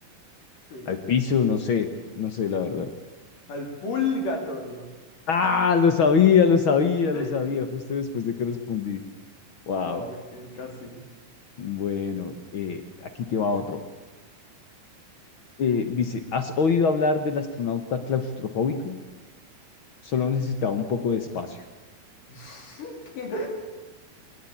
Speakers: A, on the left; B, on the left.
A: Sí.
B: Al piso, no sé, no sé, la verdad.
A: Al purgatorio.
B: Ah, lo sabía, lo sabía,
A: <laughs>
B: lo sabía, justo después de que respondí. Wow.
A: Ok, casi.
B: Bueno, eh, aquí te va otro. Eh, dice, ¿has oído hablar del astronauta claustrofóbico? Solo necesitaba
A: Mm.
B: un poco de espacio.
A: <laughs> ¿Qué?